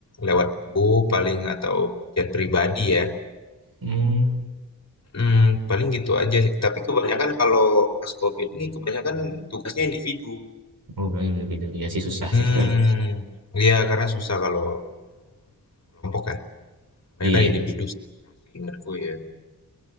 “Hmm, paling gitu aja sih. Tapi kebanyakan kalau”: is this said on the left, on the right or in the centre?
Left